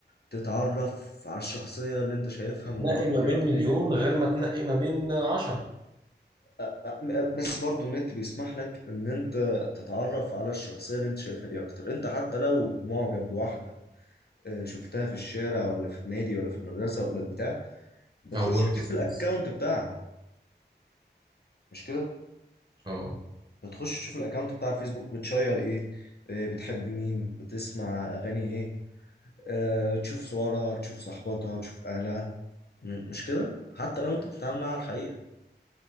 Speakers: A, on the left; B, on the right.
A: تتعرف على الشخصيه اللي انت شايفها من
B: تنقي
A: بره
B: ما بين
A: اكتر
B: مليون غير ما تنقي ما بين عشرة
A: أ- أ- بس برضو النت بيسمح لك ان انت تتعرف على الشخصيه اللي انت شايفها دي اكتر انت حتى لو معجب بواحده آه، شفتها في الشارع ولا في النادي ولا في المدرسه ولا البتاع بتخش
B: او ورك
A: تشوف
B: سبيس
A: الاكونت بتاعها مش كده
B: اه
A: بتخش تشوف الاكونت بتاع الفيسبوك بتشير ايه آه، بتحب مين بتسمع اغاني ايه آه، تشوف صورها تشوف صحباتها تشوف اهلها م- مش كده حتى لو انت بتتعامل معاها على الحقيقة